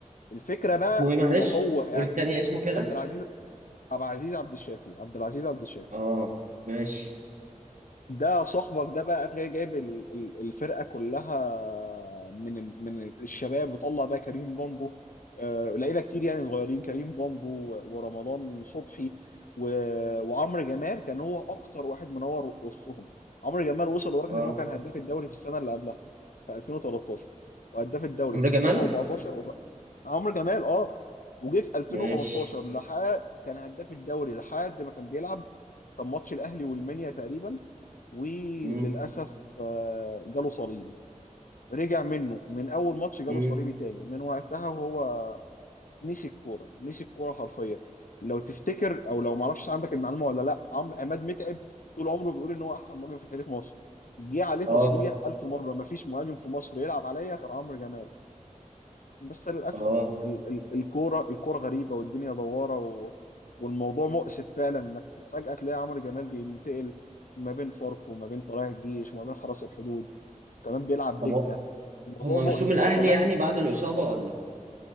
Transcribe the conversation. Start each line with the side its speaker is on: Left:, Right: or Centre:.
Left: الفكره بقى
Right: اسمه ايه معلش
Left: ان هو اعت-
Right: قول تاني اسمه كده
Left: عبد العزيز عبد العزيز عبد الشافي عبد العزيز عبد الشافي
Right: اه ماشي
Left: ده صاحبك ده بقى قام جاي جايب ال- ال- الفرقه كلها من ال- من الشباب وطلع بقى كريم بامبو آه، لعيبه كتير يعني صغيرين كريم بامبو و- ورمضان صبحي و- وعمرو جمال كان هو اكتر واحد منور وسطهم عمرو جمال وصل لدرجه
Right: اه
Left: ان هو كان هداف الدوري في السنه اللي قبلها في 2013 وهداف الدوري
Right: عمرو
Left: في 2014
Right: جمال
Left: وف... عمرو جمال اه وجه في 2015
Right: ماشي
Left: لحد كان هداف الدوري لحد ما كان بيلعب كان ماتش الاهلي والمنيا تقريبا وللاسف
Right: امم
Left: آه، جاله صليبي رجع منه من اول ماتش جاله
Right: امم
Left: صليبي تاني من وقتها وهو نسي الكوره نسي الكوره حرفيا لو تفتكر او لو ما اعرفش عندك المعلومه ولا لا عم عماد متعب طول عمره بيقول ان هو احسن مهاجم في تاريخ مصر جه عليه تصريح
Right: اه
Left: الف مره ما فيش مهاجم في مصر يلعب عليا غير عمرو جمال بس للأسف
Right: اه
Left: ال- ال- الكورة الكورة غريبة والدنيا دوارة و... والموضوع مؤسف فعلا انك فجأة تلاقي عمرو جمال بينتقل ما بين فاركو وما بين طلائع الجيش وما بين حرس الحدود كمان بيلعب
Right: طب
Left: دكة
Right: هو-
Left: الموضوع
Right: هما
Left: مؤسف
Right: مشوه من الاهلي
Left: وكمان
Right: يعني بعد الاصابة ولا